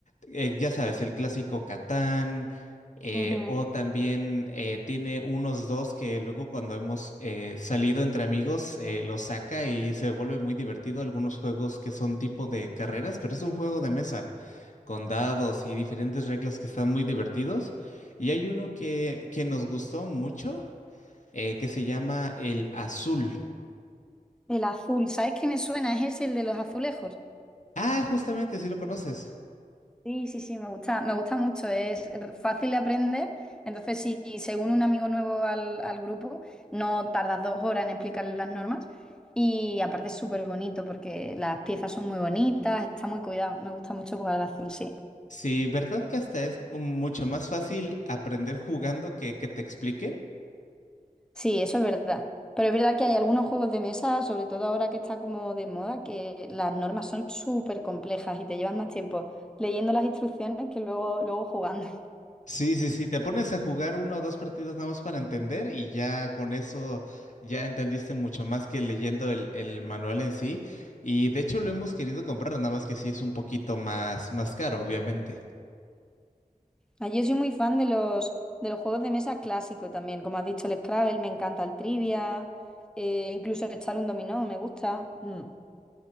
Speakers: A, on the left; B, in the centre.
A: eh, ya sabes, el clásico Catán, eh,
B: ujú.
A: o también eh, tiene unos dos que luego cuando hemos eh, salido entre amigos eh, los saca y se vuelve muy divertido. Algunos juegos que son tipo de carreras, pero es un juego de mesa con dados y diferentes reglas que están muy divertidos. Y hay uno que, que nos gustó mucho eh, que se llama el Azul.
B: El azul, ¿sabes qué me suena? Es ese el de los azulejos.
A: Ah, justamente, si lo conoces.
B: Sí, sí, sí, me gusta, me gusta mucho, es fácil de aprender. Entonces, si se une un amigo nuevo al, al grupo, no tardas dos horas en explicarle las normas. Y aparte es súper bonito porque las piezas son muy bonitas, está muy cuidado. Me gusta mucho jugar al azul, sí.
A: Sí, ¿verdad que hasta es mucho más fácil aprender jugando que que te expliquen?
B: Sí, eso es verdad. Pero es verdad que hay algunos juegos de mesa, sobre todo ahora que está como de moda, que las normas son súper complejas y te llevas más tiempo leyendo las instrucciones que luego, luego jugando.
A: Sí, sí, sí, te pones a jugar uno o dos partidos nada más para entender y ya con eso ya entendiste mucho más que leyendo el, el manual en sí. Y de hecho lo hemos querido comprar, nada más que sí es un poquito más, más caro, obviamente.
B: Ah, Yo soy muy fan de los, de los juegos de mesa clásicos también. Como has dicho, el Scrabble, me encanta el trivia, eh, incluso echar un dominó, me gusta. Mm.